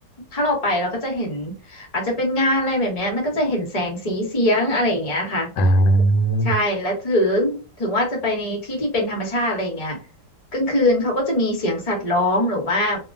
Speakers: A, on the left; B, on the left.
A: ถ้าเราไปเราก็จะเห็นอาจจะเป็นงานอะไรแบบเนี้ยมันก็จะเห็นแสงสีเสียงอะไรอย่างเงี้ยค่ะ
B: อ่า
A: ใช่และถึงถึงว่าจะไปในที่ที่เป็นธรรมชาติอะไรอย่างเงี้ยกลางคืนเขาก็จะมีเสียงสัตว์ร้องหรือว่า